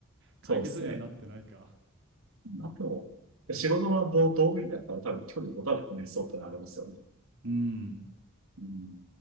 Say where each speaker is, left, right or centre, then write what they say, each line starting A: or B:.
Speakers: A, on the right (about 60°); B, on the right (about 90°).
A: 解決にはなってないか。
B: そうですね。あと、仕事の道道具になったら多分距離を持たなくなりそうってのはありますよね。
A: うん。
B: うん